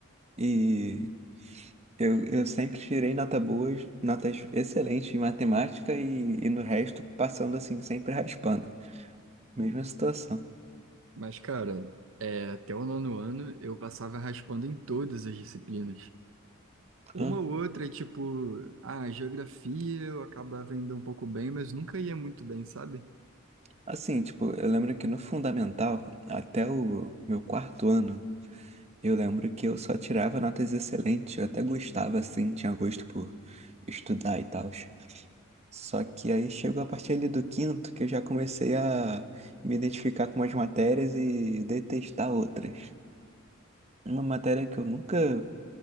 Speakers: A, on the right; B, on the right.
A: E eu, eu sempre tirei nota boas, notas excelentes em matemática e, e no resto, passando assim, sempre raspando. Mesma situação.
B: Mas, cara, é, até o nono ano eu passava raspando em todas as disciplinas.
A: Hã?
B: Uma ou outra, tipo, ah, geografia eu acabava indo um pouco bem, mas nunca ia muito bem, sabe?
A: Assim, tipo, eu lembro que no fundamental, até o meu quarto ano, Eu lembro que eu só tirava notas excelentes, eu até gostava assim, tinha gosto por estudar e tal. Só que aí chegou a partir ali do quinto que eu já comecei a me identificar com umas matérias e detestar outras. Uma matéria que eu nunca